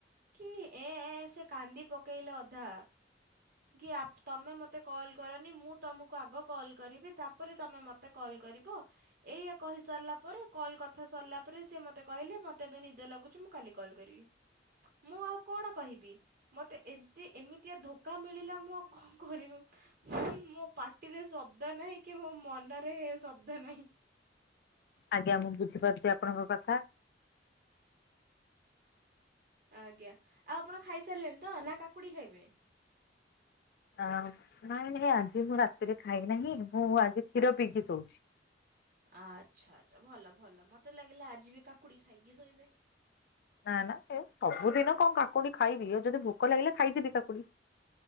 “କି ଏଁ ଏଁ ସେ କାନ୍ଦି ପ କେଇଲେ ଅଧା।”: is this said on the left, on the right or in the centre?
Right